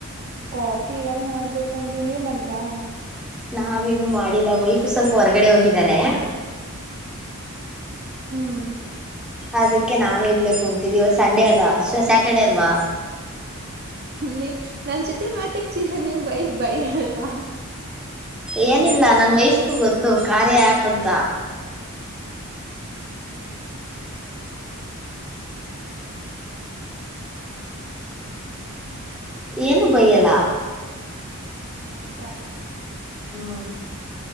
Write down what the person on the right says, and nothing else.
ಕಾಫಿ ಇವಾಗ ಮಾಡ್ಬೇಕಂಡಿ ನೀವ್ ಮಾಡದ್ರಾ
ಹ್ಮ್
ನೀ ನನ್ ಜೊತೆ ಮಾತಾಡ್ತೀ ನೀಮ್ಮ ವೈಪ ಬೈ ಅಲ್ವಾ
ಹೌದಾ.